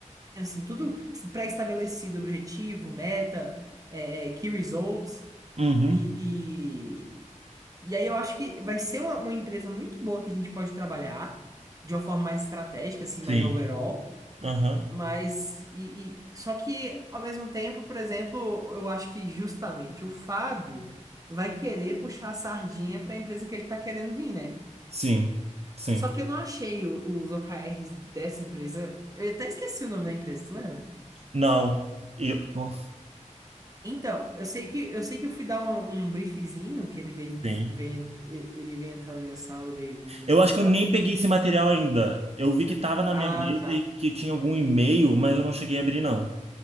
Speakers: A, on the right; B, on the right.
A: assim, tudo pré-estabelecido, objetivo, meta, é, é, key results.
B: Uhum.
A: e e aí eu acho que vai ser uma, uma empresa muito boa que a gente pode trabalhar de uma forma mais estratégica, assim,
B: Sim.
A: mais overall.
B: Aham.
A: Mas e, e- só que ao mesmo tempo, por exemplo, eu acho que justamente o Fábio vai querer puxar a sardinha para a empresa que ele tá querendo vir, né?
B: Sim. Sim.
A: Só que eu não achei o- os OKRs dessa empresa. Eu até esqueci o nome da empresa, tu lembra?
B: Não. Eu. Nossa.
A: Então, eu sei que eu sei que eu fui dar um, um briefzinho que ele veio,
B: Sim.
A: veio ele veio entrar na minha sala e veio veio me
B: Eu
A: mostrar.
B: acho que eu nem peguei esse material ainda. Eu vi que tava na
A: Ah,
B: minha mesa
A: tá.
B: e que tinha algum e-mail, mas eu não cheguei a abrir, não.